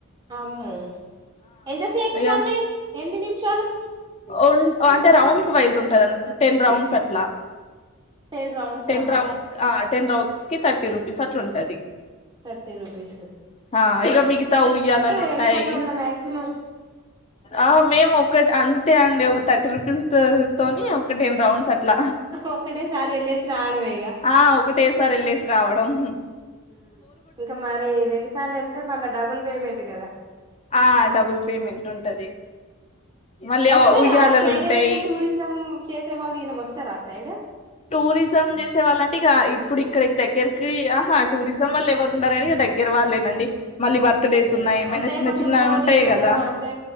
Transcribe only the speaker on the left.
ఇగ
ఉన్ అంటే రౌండ్స్ వైజ్ ఉంటందిడి టెన్ రౌండ్స్ అట్లా
టెన్
రౌండ్స్ అ టెన్ రౌండ్స్ కి థర్టీ రూపీస్ అట్లా ఉంటంది
అ ఇక మిగతా ఉయ్యాలలు ఉంటాయి
ఆ మేము ఒక్కటి అంతే అండి ఒక థర్టీ రూపీస్తో తోని ఒక టెన్ రౌండ్స్ అట్లా
ఆ ఒకటేసారి వెళ్ళేసి రావ <unintelligible>
ఆ డబుల్ పేమెంట్ ఉంటది మళ్ళీ
ఉయ్యాలలు
ఉంటాయి
టూరిజం చేసే వాళ్ళ అంటే ఇక ఇప్పుడు ఇక్కడికి దగ్గరకి ఆహా టూరిజం వల్ల ఎవరు ఉండారని ఇక దగ్గర వాళ్ళేనండి. మళ్ళీ బర్త్ డేస్
ఉన్నాయి ఏమైనా
చిన్న
చిన్నవి
ఉంటాయి కదా